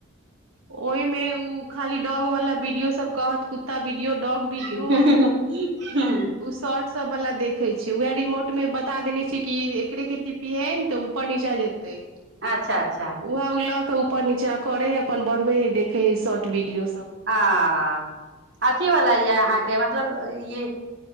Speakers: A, on the right (about 85°); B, on the right (about 55°).
A: ओहिमे ऊ खाली डॉग वाला वीडियो सब कहत कुत्ता वीडियो डॉग वीडियो
B: हँ <inaudible>
A: उ शॉर्ट सब वाला देखे छै उएह रिमोट मे बता देने छी कि एकरे के टीपू टीपीहे ने तऽ ऊपर नीचा जेतै
B: अच्छा अच्छा
A: वएहा ओ लऽ के ऊपर नीचा करे हइ अपन बढ़बे हय देखे हइ शॉर्ट वीडियो सब
B: हाँ आऽ आऽ अथी वला यऽ अहाँ के मतलब ई